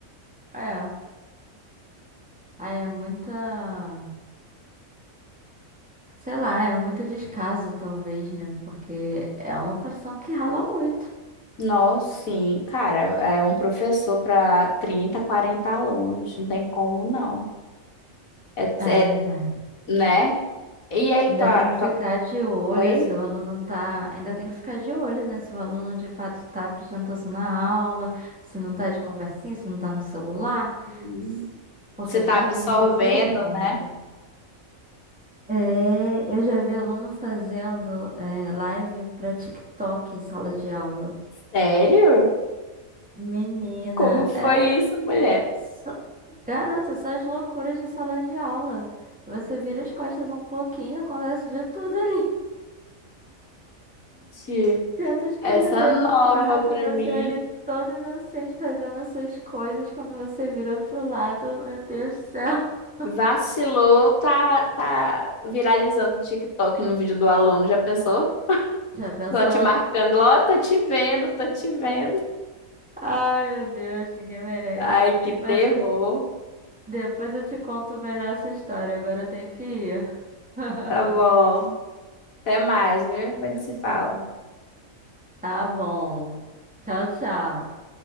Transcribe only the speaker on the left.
Nossa, sim, cara, é um professor para 30, 40 alunos, não tem como não. É,
é né? E aí,
tua
tua
Oi?
Hum,
Você
tá
absorvendo,
né?
Sério?
Como foi
isso, mulher?
Gente,
essa é nova
pra
mim.
Vacilou, tá, tá viralizando o TikTok no vídeo do aluno, já pensou?
Tô te marcando lá, ó, tô te vendo, tô te vendo.
Ai, que terror.
Tá bom. Até mais, viu? Depois a gente se fala.